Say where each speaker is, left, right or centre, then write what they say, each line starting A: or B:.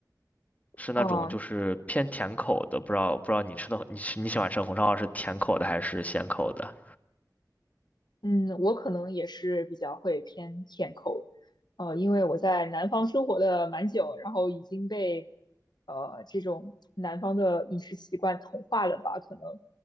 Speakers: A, on the left; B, on the left.
A: 是那种就是偏甜口的，
B: 哦，
A: 不知道不知道你吃的你喜你喜欢吃红烧肉是甜口的还是咸口的？
B: 嗯，我可能也是比较会偏甜口，呃，因为我在南方生活的蛮久，然后已经被呃这种南方的饮食习惯同化了吧，可能，